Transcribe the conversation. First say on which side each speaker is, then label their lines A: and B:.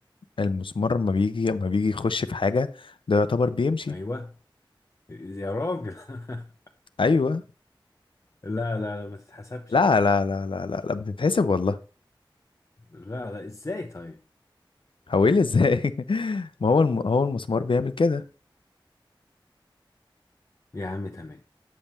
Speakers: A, on the left; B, on the left.
A: المسمار لما بيجي لما بيجي يخش في حاجة ده يعتبر بيمشي
B: ايوه يا راجل <laughs>
A: ايوه
B: لا لا لا ما تتحسبش
A: لا
B: ده صح
A: لا لا لا لا, لا بتتحسب والله
B: لا لا ازاي طيب
A: هو ايه اللي ازاي <laughs> ما هو الم... هو المسمار بيعمل كده
B: يا عم تمام